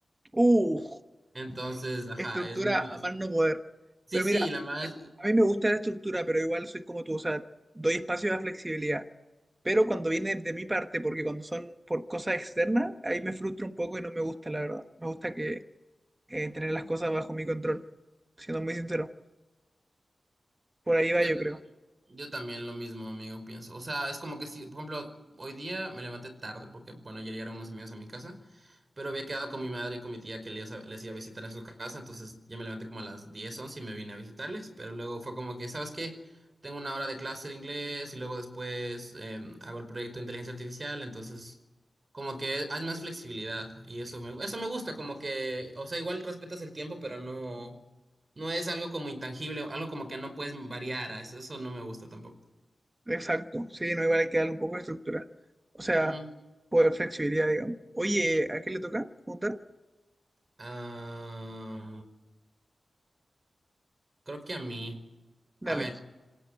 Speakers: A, on the right (about 20°); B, on the right (about 40°).
A: Uh,
B: Entonces, ajá,
A: Estructura
B: es muy...
A: a
B: es-
A: más no poder.
B: sí,
A: Pero
B: sí,
A: mira,
B: la, ma-
A: a ver, a mí me gusta la estructura, pero igual soy como tú, o sea, doy espacio a flexibilidad. Pero cuando viene de mi parte, porque cuando son por cosas externas, ahí me frustro un poco y no me gusta, la verdad. Me gusta que eh, tener las cosas bajo mi control, siendo muy sincero. Por ahí va,
B: Yo,
A: yo
B: también-
A: creo.
B: yo también lo mismo, amigo, pienso. O sea, es como que si, por ejemplo, hoy día me levanté tarde porque, bueno, ayer llegaron unos amigos a mi casa, pero había quedado con mi madre y con mi tía que les, les iba a visitar en su casa, entonces ya me levanté como a las 10 11 y me vine a visitarles, pero luego fue como que, ¿sabes qué? Tengo una hora de clase de inglés y luego después em, hago el proyecto de inteligencia artificial, entonces como que hay más flexibilidad y eso me, eso me gusta, como que, o sea, igual respetas el tiempo, pero no... No es algo como intangible, algo como que no puedes variar. Eso, eso no me gusta tampoco.
A: Exacto, sí, no, igual hay que darle un poco de estructura. O sea,
B: Ujú.
A: pues flexibilidad, digamos. Oye, ¿a qué le toca preguntar?
B: Ah, creo que a mí.
A: Dale.
B: A ver,